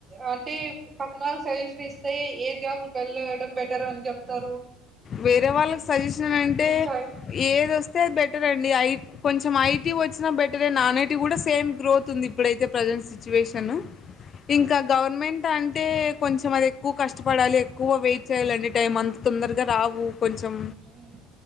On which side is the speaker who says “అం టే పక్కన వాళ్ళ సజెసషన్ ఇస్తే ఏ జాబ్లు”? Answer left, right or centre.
Right